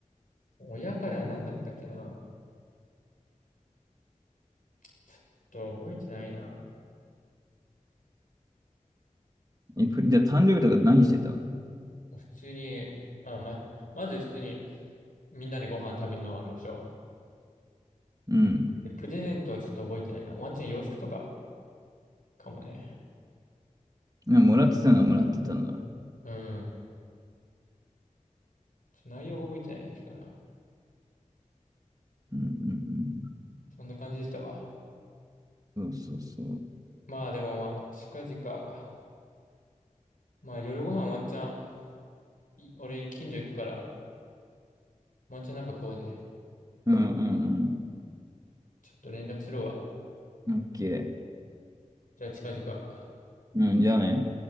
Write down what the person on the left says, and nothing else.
親からは何だったっけなちょっと覚えてないな。
もう普通に、あ、ま、まず普通に、みんなでご飯食べるのはあるでしょ
えプレゼントはちょっと覚えてないな。ワンチャン洋服とかかもね。
うん。ちょっと内容が覚えてないだけかな。
そんな感じでしたわ。
まあでもまあ、近々。まあ夜ご飯ワンチャン、い俺近所行くから、ワンチャンなんか食おうぜ。
ちょっと連絡するわ。
じゃあ近々。